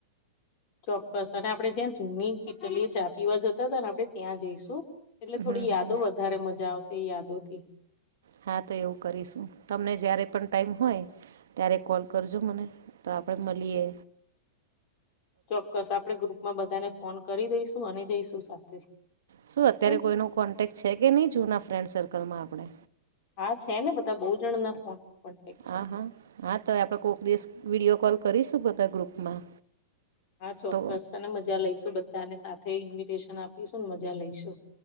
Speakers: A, on the left; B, on the right.
A: ચોક્કસ અને આપડે જ્યાં જૂની કીટલીએ ચા પીવા જતા હતા ને આપડે ત્યાં જઈશું. એટલે થોડી
B: હમ
A: યાદો
B: હમ
A: વધારે મજા આવશે એ યાદો થી.
B: હા તો એવું કરીશું. તમને જયારે પણ ટાઈમ હોય ત્યારે કોલ કરજો મને તો આપણે મલીએ.
A: ચોક્કસ આપણે ગ્રુપમાં બધાને ફોન કરી દઈશું અને જઈશું સાથે.
B: શું અત્યારે
A: ઓકે
B: કોઈનો કોન્ટેક્ટ છે કે નહી જુના ફ્રેન્ડ સર્કલમાં આપડે?
A: હા છે ને બધા બહુ જણના ફોન કોન્ટેક છે
B: હા હા હા તો આપડે કોઈક દિવસ વિડીયો કોલ કરીશું બધા ગ્રુપમાં.
A: હા ચોક્કસ
B: તો
A: અનેન મજા લઈશું બધ બધાને સાથે ઇન્વીિટેશન આપીશું અને મજા લઈશું